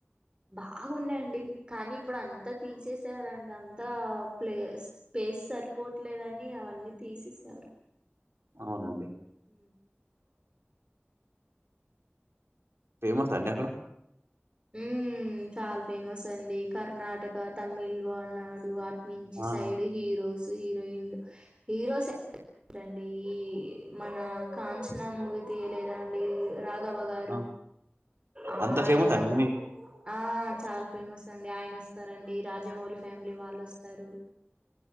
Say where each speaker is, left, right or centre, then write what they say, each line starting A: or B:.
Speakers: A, on the right; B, on the right.
A: బాగుండేయండి కానీ ఇప్పుడు అంతా తీసేసారండి అంతా ప్లేస్ పేస్ సరిపోవట్లేదని అవన్నీ తీసేసారు
B: అవునండి
A: ఉ
B: ఫేమసా అండి అక్కడ?
A: ఉ చాలా ఫేమస్ అండి కర్ణాటక తమిళ్ వానాడు నుంచి
B: ఆ!
A: సైడ్ హీరోస్ హీరోయిన్లు హీరోస్
B: ఉమ్
A: రండీ మనా కాంచన మూవీ తీయలేదా అండి రాఘవ గారు
B: ఆ!
A: ఆ
B: అంత
A: అయనా
B: ఫేమసా అండి? మీ
A: ఆ చాలా ఫేమస్ అండి ఆయన వస్తారండి రాజమౌళి ఫ్యామిలీ వాళ్ళు వస్తారు